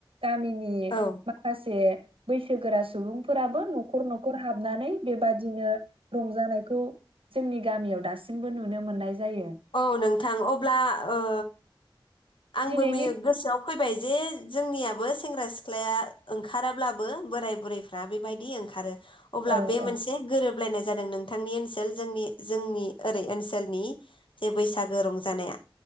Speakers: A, on the right; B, on the left.
A: गामिनि
B: औ
A: माखासे बैसोगोरा सुबुं फोराबो न'खर न'खर हाबनानै बेबादिनो रंजानायखौ जोंनि गामियाव दासिमबो नुनो मोननाय जायो
B: औ नोंथां अब्ला ओ आंबो
A: दिनैनि
B: मे गोसोआव फै फैबाय जे जोंनियाबो सेंग्रा सिख्लाया ओंखाराब्लाबो बोराय बुरैफ्रा बेबायदि ओंखारो। अब्ला
A: औ
B: बे मोनसे
A: औ
B: गोरोबलायनाय जादों नोंथांनि ओनसोल जोंनि जोंनि ओरै ओनसोलनि जे बैसागो रंजानाया।